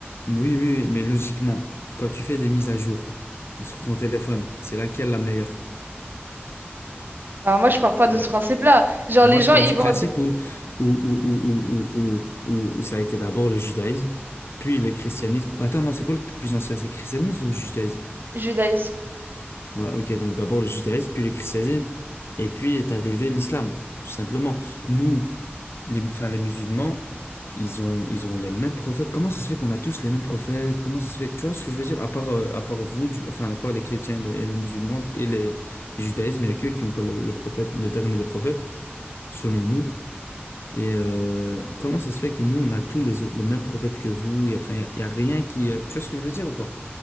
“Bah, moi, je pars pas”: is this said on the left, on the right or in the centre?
Right